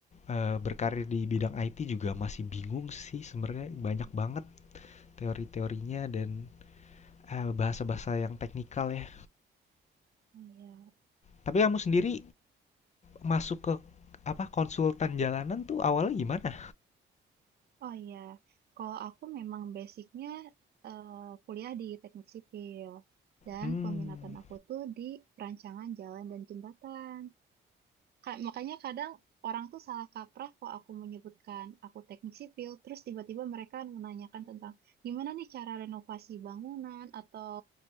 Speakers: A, on the left; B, on the right.
A: eee, berkarir di bidang IT juga masih bingung sih sebenarnya, banyak banget teori-teorinya dan, eee, bahasa-bahasa yang teknikal ya.
B: Oh iya,
A: Tapi kamu sendiri masuk ke, apa, konsultan jalanan tuh awalnya gimana?
B: oh iya. Kalau aku memang basicnya eh, kuliah di teknik sipil dan
A: hmm
B: peminatan aku tuh di perancangan jalan dan jembatan. Ka- makanya kadang orang tuh salah kaprah kok aku menyebutkan aku teknik sipil, terus tiba-tiba mereka menanyakan tentang gimana nih cara renovasi bangunan atau